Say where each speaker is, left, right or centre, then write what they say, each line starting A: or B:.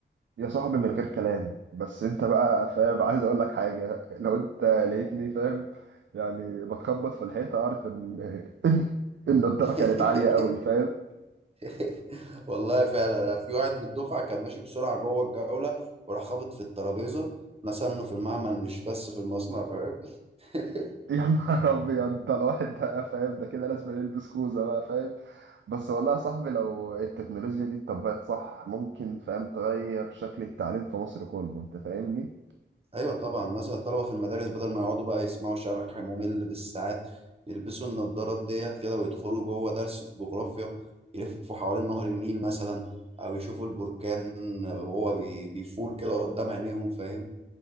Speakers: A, on the right; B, on the right.
A: يا صاحبي من غير كلام بس انت بقى فاهم عايز اقول لك حاجة لو انت لقيتني فاهم يعني بتخبط في الحيطة اعرف ان <laughs> ان الدرجة
B: <laughs>
A: كانت عالية قوي فاهم
B: <laughs> والله فعلا أنا في واحد من الدفعه كان ماشي بسرعه جوه الجوله وراح خابط في الترابيزه نسى في المعمل مش بس في المصنع فاهم <laughs>
A: يا نهار ابيض ده الواحد ده فاهم ده كده لازم يلبس خوذه بقى فاهم بس والله يا صاحبي لو التكنولوجيا دي اتطبقت صح ممكن فاهم تغير شكل التعليم في مصر كله انت فاهمني
B: ايوه طبعا مثلا الطلبه في المدارس بدل ما يقعدوا بقى يسمعوا شرح ممل بالساعات يلبسوا النضارات ديت كده ويدخلوا جوه درس الجغرافيا يلفوا حوالين نهر النيل مثلا او يشوفوا البركان وهو بي- بيفور كده قدام عينيهم فاهم